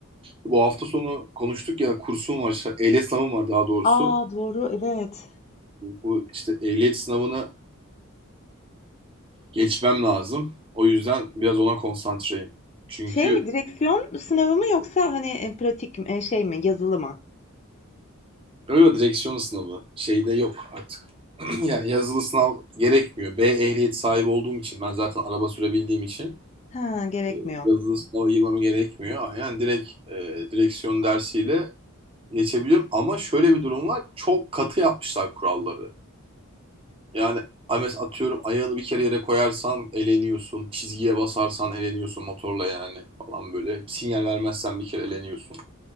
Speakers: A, on the right (about 25°); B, on the left (about 30°).
A: Bu hafta sonu konuştuk ya kursum var, şa- ehliyet sınavım var daha doğrusu.
B: Aa doğru evet.
A: Bu işte ehliyet sınavını geçmem lazım. O yüzden biraz ona konsantreyim. Çünkü
B: Şey mi direksiyon sınavı mı yoksa hani e, pratik mi, e, şey mi yazılı mı?
A: öyle direksiyon sınavı şeyde yok artık. <clears throat> Yani yazılı sınav gerekmiyor. B ehliyet sahibi olduğum için ben zaten araba sürebildiğim için
B: Ha gerekmiyor.
A: e, yazılı sınava girmeme gerekmiyor. Aynen direkt e, direksiyon dersiyle geçebiliyorum ama şöyle bir durum var. Çok katı yapmışlar kuralları. Yani Ames atıyorum ayağını bir kere yere koyarsan eleniyorsun. Çizgiye basarsan eleniyorsun motorla yani falan böyle. Sinyal vermezsen bir kere eleniyorsun.